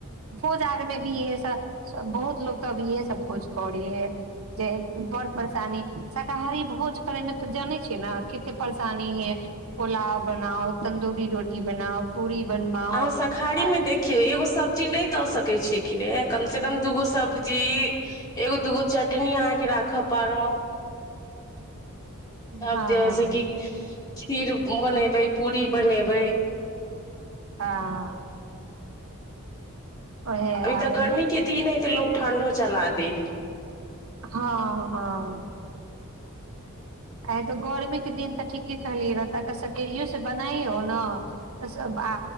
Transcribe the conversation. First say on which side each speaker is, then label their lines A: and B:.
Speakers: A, on the right; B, on the left.
A: भोज आर मे भी इहे सब बहुत लोको तऽ अ इहे सब भोज करे हे जे बड़ परेशानी शाकाहारी भोज करे मे तऽ जानै छै ने कते परेशानी हे पुलाव बनाओ तन्दूरी रोटी की बनाओ पूरी बनवाओ
B: अहाँ शाकारीमे
A: आर
B: देखियौ एगो सब्जी नहि दऽ सकैत छीखिन कम से कम दूगो सब्जी एगो दूगो चट तनि अहाँ के राखऽ पड़त तब
A: हँ
B: जे हैस कि खीर बनेबै पूरी बनेबै
A: हँ ओह
B: अभी
A: आ
B: तऽ
A: रह
B: गर्मी के दिन है तऽ लोग ठंडो चला दे है
A: हँ हँ आँ तऽ गर्मीके दिन तऽ ठीके कहलियै रह तऽ सकेरियोसँ बनाइयहौ ने तऽ सभ आ